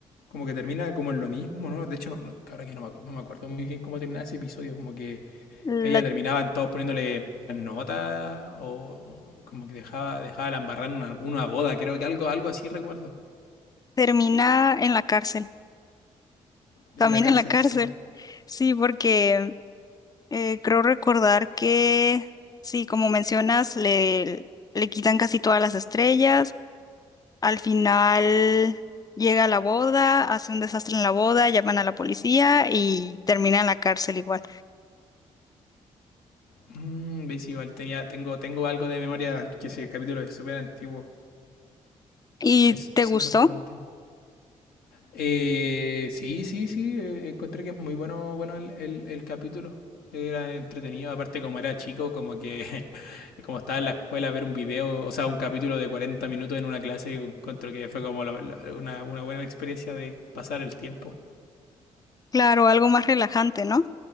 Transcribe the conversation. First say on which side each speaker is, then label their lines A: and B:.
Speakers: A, on the left (about 75°); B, on the left (about 25°).
A: como que termina como en lo mismo, ¿no? De hecho, no, no- ahora que no me, acu- no me acuerdo muy bien cómo terminaba ese episodio, como que
B: La
A: ella terminaban todos poniéndole nota o como que dejaba, dejaba la embarrar en una, una boda, creo que algo, algo así recuerdo.
B: Termina en la cárcel, también
A: En la cárcel,
B: en la cárcel.
A: sí.
B: Sí, porque eh, creo recordar que, sí, como mencionas, le, le quitan casi todas las estrellas. Al final llega a la boda, hace un desastre en la boda, llaman a la policía y termina en la cárcel igual.
A: Mm, ¿Veis? Igual tenía, tengo, tengo algo de memoria, porque ese capítulo es súper antiguo.
B: ¿Y
A: Es
B: te
A: súper,
B: gustó?
A: súper antiguo. Eh, sí, sí, sí, eh, encontré que es muy bueno, bueno el, el- el capítulo. Era entretenido, aparte como era chico, como que <laughs> como estaba en la escuela ver un video, o sea, un capítulo de 40 minutos en una clase, encuentro que fue como lo- lo- una, una buena experiencia de pasar el tiempo.
B: Claro, algo más relajante, ¿no?